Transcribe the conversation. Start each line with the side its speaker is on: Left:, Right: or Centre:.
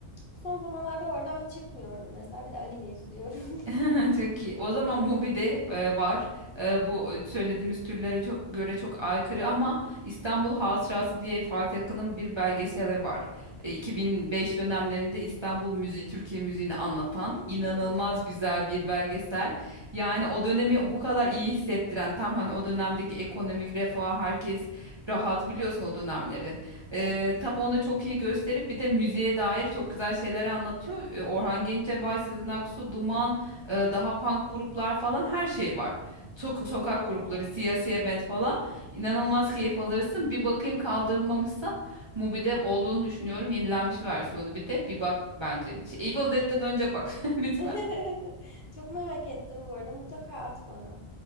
Left: Son zamanlarda oradan çıkmıyorum mesela. Bir de anime izliyorum.
Right: <laughs> Çok iyi. O zaman Mubi'de e, var. E, bu söylediğimiz türlere çok göre çok aykırı ama İstanbul Hatırası diye Fatih Akın'ın bir belgeseli var. E, 2005 dönemlerinde İstanbul müziği, Türkiye müziğini anlatan
Left: <laughs> Hı
Right: inanılmaz
Left: hı.
Right: güzel bir belgesel. Yani o dönemi bu kadar iyi hissettiren tam hani o dönemdeki ekonomik refah herkes rahat biliyorsun o dönemleri. E,
Left: Evet.
Right: tam onu çok iyi gösterip bir de müziğe dair çok güzel şeyler anlatıyor. E, Orhan Gencebay, Sezen Aksu, Duman e, daha punk gruplar falan her şey var. Tok- sokak
Left: Oo.
Right: grupları, siyasiye band falan. İnanılmaz keyif alırsın. Bir bakayım kaldırılmamışsa Mubi'de olduğunu düşünüyorum. Yenilenmiş versiyonu bir de bir bak bence. Şey, Evil Dead'den önce bak <laughs> lütfen.
Left: <laughs> Çok merak ettim bu arada. Mutlaka at bana.